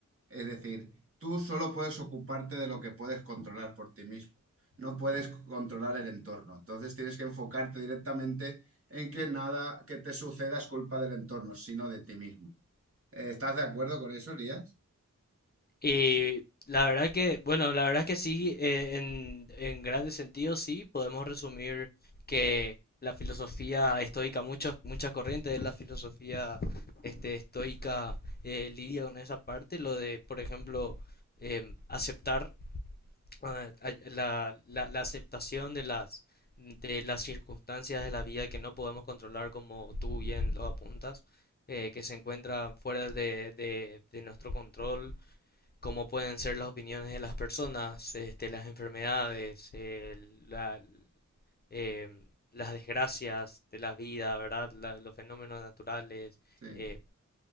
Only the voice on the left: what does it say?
Y la verdad que, bueno, la verdad que sí, eh, en, en grandes sentidos sí, podemos resumir que la filosofía estoica, muchas, muchas corrientes de la filosofía este, estoica eh, lidia con esa parte, lo de, por ejemplo, em, aceptar eh, a- la, la- la aceptación de las, de las circunstancias de la vida que no podemos controlar, como tú bien lo apuntas, eh, que se encuentran fuera de, de, de nuestro control como pueden ser las opiniones de las personas, este, las enfermedades, eh, la- em, las desgracias de la vida, ¿verdad? La- los fenómenos naturales.
eh,